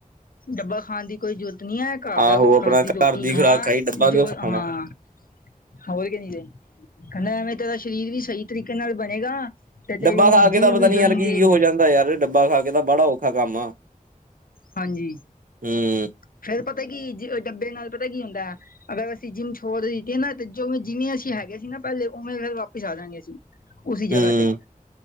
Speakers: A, on the left; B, on the right.
A: ਡੱਬਾ ਖਾਨ ਦੀ ਕੋਈ ਜ਼ਰੂਰਤ ਨਹੀਂ ਐਂ ਘਰ
B: ਆਹੋ
A: ਦਾ
B: ਆਪਣਾ
A: ਘਰ ਦੀ ਰੋਟੀ ਖਾ,
B: ਖੁਰਾਕ ਖਾਈ ਡੱਬਾ
A: ਜੋ
B: ਕਿਉਂ ਖਾਣਾ
A: ਹਾਂ ਹੋਰ ਕਿ ਨਹੀਂ ਰ, ਕਹਿੰਦਾ ਐਵੇਂ ਤੇਰਾ ਸ਼ਰੀਰ ਵੀ ਸਹੀ ਤਰੀਕੇ ਨਾਲ ਬਣੇਗਾ। ਤੇ ਤੇਰੀ
B: ਡੱਬਾ ਖਾ ਕੇ
A: ਜਿੰਮ
B: ਤਾਂ ਪਤਾ
A: ਵੀ
B: ਨੀ
A: ਜੁਆਇਨ
B: ਯਾਰ ਕੀ-ਕੀ
A: ਰਹੇਗੀ
B: ਹੋ ਜਾਂਦਾ ਯਾਰ, ਡੱਬਾ ਖਾ ਕੇ ਤਾਂ ਬੜਾ ਔਖਾ ਕੰਮ ਆ।
A: ਹਾਂਜੀ।
B: ਹਮ।
A: ਫਿਰ ਪਤਾ ਕੀ, ਡੱਬੇ ਨਾਲ ਪਤਾ ਕੀ ਹੁੰਦੈ? ਅਗਰ ਅਸੀਂ ਜਿੰਮ ਛੋੜ ਦਿੱਤੀ ਨਾ, ਤੇ ਜਿਂਵੇਂ-ਜਿਵੇਂ ਅਸੀਂ ਹੈਗੇ ਸੀ ਨਾ ਪਹਿਲੇ ਉਵੇਂ ਫੇਰ ਵਾਪਿਸ ਆ ਜਾਂਗੇ ਅਸੀਂ। ਉਸੀ
B: ਹੂੰ
A: ਜਗ੍ਹਾ ਤੇ,